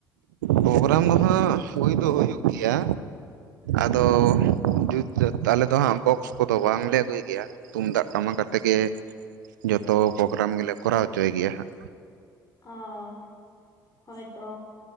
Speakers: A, on the right (about 80°); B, on the left (about 35°).
A: ᱯᱨᱳᱜᱨᱟᱢ ᱫᱚ ᱦᱟᱸᱜ ᱦᱩᱭ ᱫᱚ ᱦᱩᱭᱩᱜ ᱜᱮᱭᱟ, ᱟᱫᱚ ᱡᱩᱛ ᱛᱟᱞᱮᱫ ᱫᱚ ᱦᱟᱸᱜ ᱵᱚᱠᱥ ᱠᱚ ᱫᱚ ᱵᱟᱝᱞᱮ ᱟᱹᱜᱩᱭ ᱜᱮᱭᱟ, ᱛᱩᱢᱫᱟᱜ ᱴᱟᱢᱟᱠ ᱟᱛᱮ ᱜᱮ ᱡᱚᱛᱚ ᱯᱨᱳᱜᱨᱟᱢ ᱜᱮ ᱞᱮ ᱠᱚᱨᱟᱣ ᱦᱚᱪᱚᱭ ᱜᱮᱭᱟ ᱦᱟᱸᱜ,
B: ᱚᱻ ᱦᱳᱭ ᱛᱚ